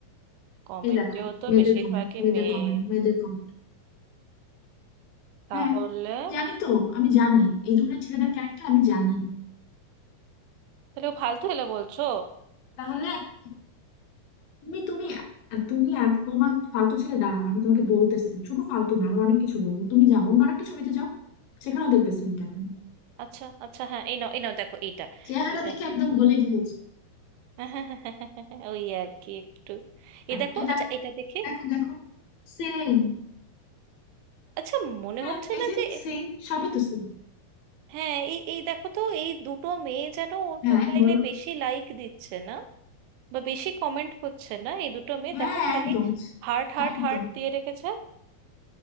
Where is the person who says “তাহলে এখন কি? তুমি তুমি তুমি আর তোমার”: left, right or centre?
Left